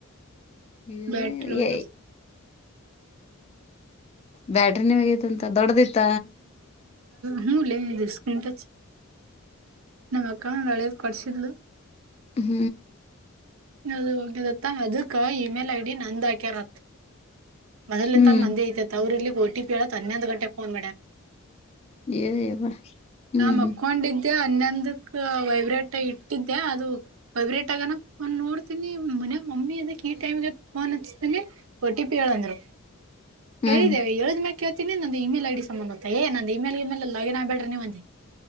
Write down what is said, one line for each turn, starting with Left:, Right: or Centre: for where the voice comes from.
Left: ಹ್ಮ್
Right: ಬ್ಯಾಟ್ರಿ ಹೋಗಿ
Left: ಎ ಬ್ಯಾಟ್ರಿ ನೀ ಹಗೈತಿಂತ ದೊಡ್ಡದ ಇತ್ತ
Right: ಹುನ್ಲೆ ಸ್ಕ್ರೀನ್ ಟಚ್ ನಮ್ಮ್ ಅಕ್ಕ ಒಳೆದ ಕೊಡ್ಸಲ್ಲು
Left: ಹ್ಮ್
Right: ಅದು ಹೋಗದತ್ತ ಅದಕ್ಕ ಇಮೇಲ್ ಐ ಡಿ ನಂದ್ ಹಾಕ್ಯಾರತ್ ಮೊದಲ
Left: ಹ್ಮ್
Right: ಎಂತ ಮಂದೆ ಐತೆತೆ ಅವ್ರಲ್ಲಿ ಓಟಿ ಪಿ ಹೇಳಳತ್ ಹನ್ನೊಂದು ಗಂಟೆಗೆ ಫೋನ್ ಮಾಡ್ಯ
Left: ಎವ ಹ್ಮ್
Right: ಮಕ್ಕೊಂಡಿದ್ದೆ ಹನ್ನೊಂದಕ್ಕ ವೈಬ್ರೇಟ್ ಇಟ್ಟಿದ್ದೆ ಅದು ವೈಬ್ರೇಟ್ ಆಗಾನ ಒನ್ ನೋಡ್ತೀನಿ ಮನ ಮಮ್ಮಿ ಅದಕ್ ಈ ಟೈಮ್ಗೆ ೋನ್ ಹಚ್ತನಿ ಒ ಟಿ ಪಿ ಹೇಳಂದ್ರು
Left: ಹ್ಮ್
Right: ಹೇಳಿದ್ದೇವೆಏ್ದ ಮ ಕೇಳ್ತೀನಿ ನಂದು ಇಮೇಲ್ ಐ ಡಿ ಸಂಬಧಾ ಏ ನಂದು ಇಮೇಲ್ ಇಮೇಲ್ಲ ಲಾಗಿನ್ ಆಗ್ಬೇ್ರ ನೀವ ಅಂದೇ